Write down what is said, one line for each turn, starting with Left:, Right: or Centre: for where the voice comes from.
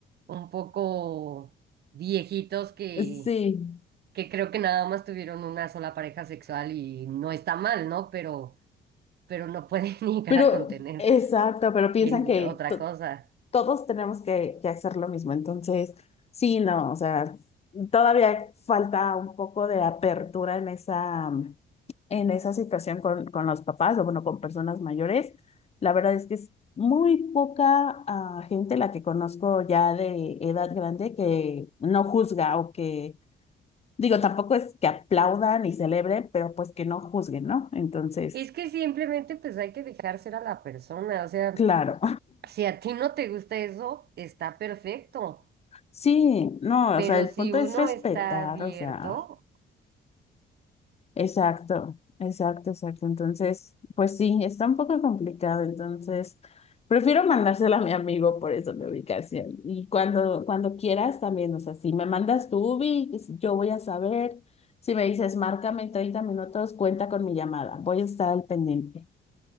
Right: un poco viejitos que
Left: sí,
Right: que creo que nada más tuvieron una sola pareja sexual y no está mal, ¿no? Pero, pero no pueden <laughs> llegar
Left: pero,
Right: a contener
Left: exacto, pero piensan
Right: en
Left: que
Right: otra
Left: to-
Right: cosa.
Left: todos tenemos que, que hacer lo mismo. Entonces, sí, no, o sea, todavía falta un poco de apertura en esa, en esa situación con, con los papás o, bueno, con personas mayores. La verdad es que es muy poca ah, gente la que conozco ya de edad grande que no juzga o que, digo, tampoco es que aplaudan y celebren, pero pues que no juzguen, ¿no? Entonces,
Right: Es que simplemente pues hay que dejar ser a la persona, o sea,
Left: claro,
Right: si a ti no te gusta eso, está perfecto,
Left: <laughs> sí, no,
Right: pero
Left: o sea, el
Right: si
Left: punto
Right: uno
Left: es respetar,
Right: está abierto
Left: o sea, Exacto, exacto, exacto. Entonces, pues sí, está un poco complicado. Entonces, prefiero mandárselo a mi amigo por eso mi ubicación. Y cuando, cuando quieras también, o sea, si me mandas tu ubi, es- yo voy a saber. Si me dices, márcame en 30 minutos, cuenta con mi llamada. Voy a estar al pendiente.